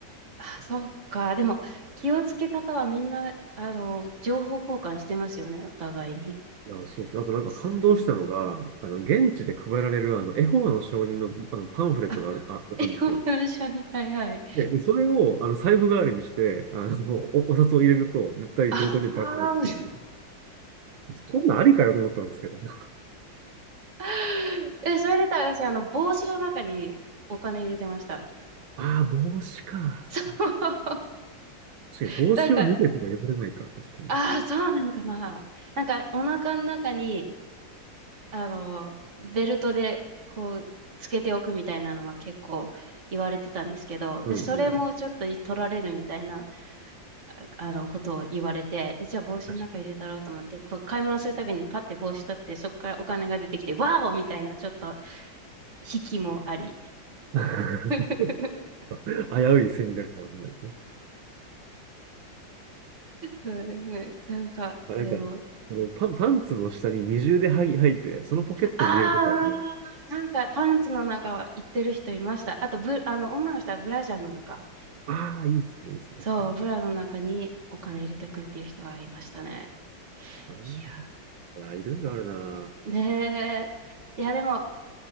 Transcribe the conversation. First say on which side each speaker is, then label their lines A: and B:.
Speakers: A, on the right; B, on the right.
A: あ、そうか。でも、気をつけ方はみんな、あの、情報交換してますよね、お互いに。
B: あ、そうですね。あとなんか感動したのが、
A: そう、うん。
B: あの、現地で配られるあの、エホバの証人の、あのパンフレットがある、
A: <laughs>
B: あ、
A: 英語の一緒に。
B: あるんですよ。
A: はいはい。
B: で、でそれをあの財布代わりにして、あの、お、お札を入れると、絶対強盗にバレないっていう。
A: ああ。
B: そんなんありかよと思ったんですけど。<laughs>
A: <laughs> え、それで言ったら私、あの、帽子の中にお金入れてました。
B: ああ、帽子か。
A: <laughs> そう。
B: 確かに帽子を脱げとか言われないか。
A: <laughs> なんか、
B: 確かに。
A: ああ、そうなんかな。なんか、お腹の中に、あの、ベルトで、こう、つけておくみたいなのは結構言われてたんですけど、で、
B: うんうん。
A: それもちょっと取られるみたいな。<laughs> あの、ことを言われて、えじゃあ帽子の中入れたろうと思って、
B: 確
A: こう買い物するたびにパッて帽子取って、そこからお金が出てきて、ワーオみたいな、ちょっと、引きもあり。
B: か
A: <laughs>
B: に <laughs> 危うい戦略かもしれないですね。
A: そうですね。なんか、
B: あなんか、
A: でも、
B: そのパン、パンツの下に二重ではい履いて、そのポケットに入れるとかね。
A: ああ、なんかパンツの中は行ってる人いました。あとブ、あの、女の人はブラジャーの中。
B: ああ、いいっすね、いいっすね。
A: そう、
B: 確かに、
A: ブラの中にお金入れておくっていう人はいましたね。
B: 確かに。
A: いや、
B: あーいや、いろいろあるな。
A: ねえ。いや、でも、